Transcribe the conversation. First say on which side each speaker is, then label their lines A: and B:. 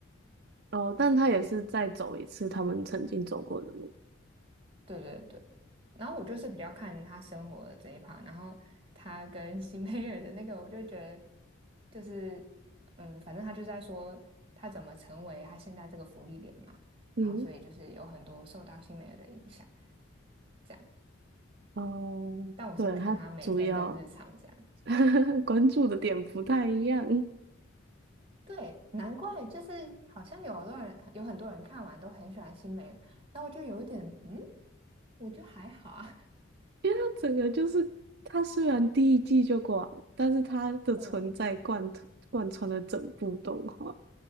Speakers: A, on the right; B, on the right.
A: 哦，但他也是再走一次他们曾经走过的路，
B: 对对对，然后我就是比较看他生活的这一趴，然后他跟 <laughs> 新美尔的那个，我就觉得就是，嗯，反正他就在说他怎么成为他现在这个福利点嘛，
A: 嗯，
B: 然后所以就是有很多受到新美尔的影响，这样。
A: 哦，
B: 但我是看他每天的日常这样，
A: 对，他主要 <laughs> 关注的点不太一样，<laughs> 因为
B: 对，难怪就是好像有很多人有很多人看完都很喜欢新美尔，那我就有一点，嗯，我就还好啊，
A: 他整个就是他虽然第一季就挂了，但是他的存在贯贯穿了整部动画。
B: <laughs> 嗯。